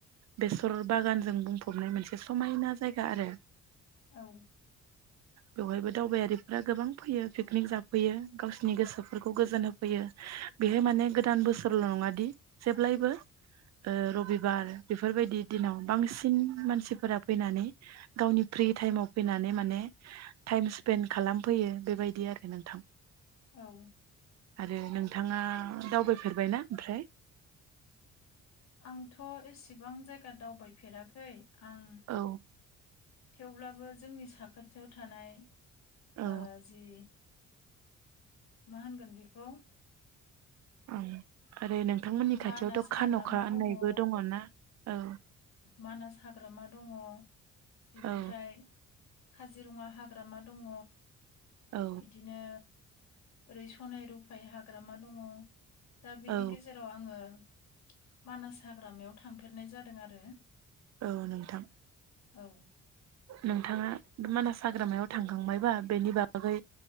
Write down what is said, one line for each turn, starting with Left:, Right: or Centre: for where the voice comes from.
Right: बेसर बागानजों बुंफबनाय मोनसे समायना जायगा आरो ।
Left: औ
Right: बेवहायबो दावबायारिफोरा गोबां फैयो पिकनिक जाफैयो गावसिनि गोसोफोरखौ गोजोन होफैयो बेहाय माने गोदान बोसोरल' नङा दि जेब्लायबो ओ रबिबार बेफोरबायदि दिनाव बांसिन मानसिफोरा फैनानै गावनि फ्रि टाइमाव फैनानै माने टाइम स्पेन्ड खालामफैयो बेबायदि आरो नोंथां
Left: औ
Right: आरो नोंथाङा दावबायफेरबायना ओमफ्राय?
Left: आंथ' एसेबां जायगा दावबायफेराखै आं
Right: औ
Left: थेवब्लाबो जोंनि साखाथियाव थानाय
Right: औ
Left: ओ जि मा होनगोन बेखौ
Right: ओं आरो नों थांमोननि खाथियावथ'
Left: मानास हाग्रामा
Right: खान'खा होननायबो
Left: दङ औ
Right: दङ'ना औ
Left: मानास हाग्रामा दङ' । बिनिफ्राय
Right: औ
Left: काजिरङा हा ग्रामा दङ'।
Right: औ
Left: बिदिनो ओरै सनाय रुफाय हाग्रामा दङ' । दा बिनि
Right: औ
Left: गेजे आङो मानास हाग्रा मायाव थांफेरनाय जादों आरो
Right: औ नोंथां ।
Left: औ
Right: नोंथाङा मानास हाग्रामायाव थांखांबायबा बेनि बागै